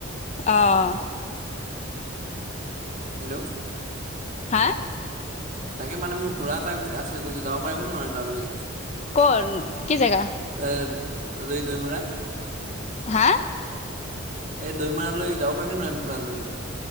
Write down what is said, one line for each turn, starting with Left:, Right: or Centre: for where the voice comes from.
Left: অঁ
Right: হেল্ল'
Left: হা
Right: তাকে মানে মোৰ ঘোঁৰা এটা আছে কৈছো যাব পাৰিব নোৱাৰে তালৈ
Left: কৰ কি জেগা?
Right: এ দৈ দৈমৰা
Left: হা
Right: এই দৈমাৰালৈ যাব পাৰিমনে নোৱাৰিম ঘোঁৰা লৈ